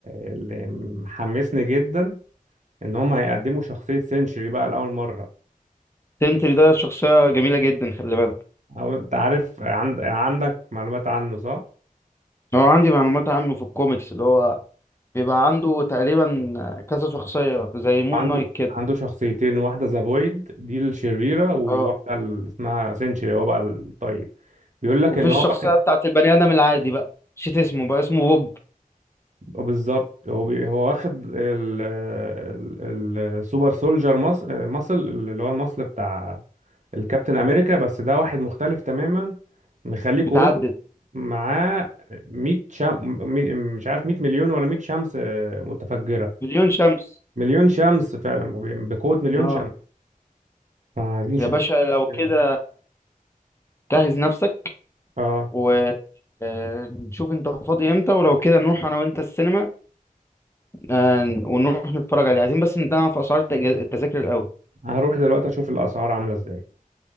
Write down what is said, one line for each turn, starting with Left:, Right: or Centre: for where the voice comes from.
Right: اللي محمسني جدا ان هم هيقدموا شخصية سينشري بقى لأول مرة
Left: سنتري ده شخصيه جميله جدا خلي بالك
Right: او انت عارف عند... عندك معلومات عنه صح
Left: هو عندي معلومات عنه في الكوميكس اللي هو بيبقى عنده تقريبا كذا شخصية زي مون
Right: عنده
Left: نايت كده
Right: عنده شخصيتين واحدة ذا فويد دي الشريرة وواحدة
Left: اه
Right: ال- اسمها سينشري هو بقى الطيب بيقول لك
Left: وفي
Right: ان
Left: الشخصية
Right: هو واخد-
Left: بتاعت البني آدم العادي بقى نسيت اسمه بقى اسمه بوب
Right: بالظبط هو بي... هو واخد ال... ال... السوبر سولجر مص... مصل اللي هو المصل بتاع الكابتن امريكا بس ده واحد مختلف تماما مخليه
Left: متعدد
Right: قوته معاه 100 شم... مية- مش عارف 100 مليون ولا 100 شمس متفجرة
Left: مليون شمس
Right: مليون شمس فعلا بقوة مليون
Left: اه
Right: شمس فعايزين نشوف
Left: يا باشا لو
Right: ازاي
Left: كده
Right: ده
Left: جهز نفسك
Right: اه
Left: و آه، نشوف انت فاضي امتى ولو كده نروح انا وانت السينما آه، ونروح نتفرج عليه عايزين بس نتابع في اسعار التج- التذاكر الاول
Right: هروح دلوقتي اشوف الاسعار عاملة ازاي